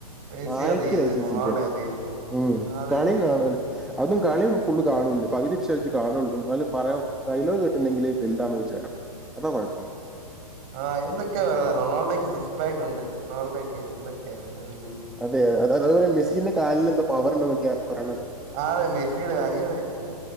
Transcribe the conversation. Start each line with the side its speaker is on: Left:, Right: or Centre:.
Right: മെസ്സി
Centre: വായക്ക്
Right: അത് ചെയ്ത്
Centre: ലൈസൻസില്ല.
Right: റൊണാൾഡോ അത് ചെയ്ത്
Centre: ഉം
Right: അതന്നെ
Centre: കളി കാണാ അതും കളിയും ഫുള്ള് കാണൂല്ല. പകുതിച്ച്വെച്ചേ കാണൊള്ളൂ ന്നാലും പറയാ ഡയലോഗ് കേട്ടിട്ടിണ്ടെങ്കില് വൽതാന്ന് വിചാരം. അതാ കൊഴപ്പം.
Right: ആഹ് എന്തൊക്കെയാ നൊണപറഞ്ഞേ റൊണാൾഡോയ്ക്ക് സിക്സ്പാക്കൊണ്ട് റൊണാഡോയ്ക്ക് എന്തൊക്കെയാണ് കഥ
Centre: അതെത അതതുപോലെ മെസ്സിന്റെ കാലിൽെന്താ പവർണ്ടൊന്നൊക്കെയാ കൊറയ്യെണം
Right: ആന്നെ മെസ്സിടെ വല്ല്യകാര്യം,